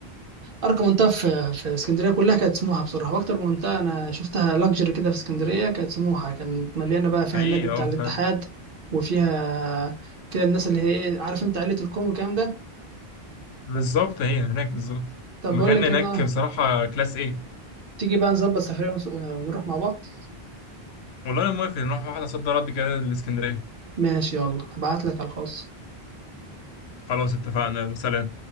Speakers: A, on the right; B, on the left.
A: ارقى منطقه في في اسكندريه كلها كانت سموحه بصراحه واكتر منطقه انا شفتها لاكجري كده في اسكندريه كانت سموحه كانت مليانه بقى فيها
B: حقيقي
A: النادي بتاع
B: اه
A: الاتحاد
B: فعلا
A: وفيها كده الناس اللي هي ايه عارف انت عائله الكوم والكلام ده
B: بالظبط هي هناك بالظبط
A: طب
B: المكان
A: بقول لك
B: هناك
A: ايه بقى
B: بصراحه كلاس ايه
A: تيجي بقى نظبط سفريه ونس- ونروح مع بعض
B: والله انا موافق نروح واحده صد رد كده الاسكندريه
A: ماشي يلا هبعت لك على الخاص
B: خلاص اتفقنا وسلام